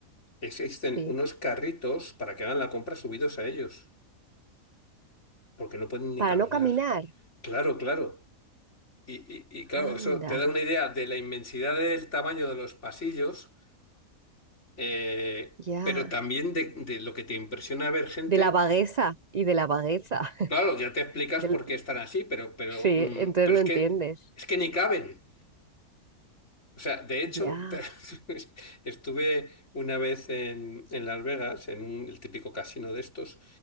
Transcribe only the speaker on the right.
Sí.
Para
no caminar.
Anda,
ya.
De la vagueza y de la vagueza. <laughs>
Del-
Sí,
entonces
lo
entiendes.
Ya.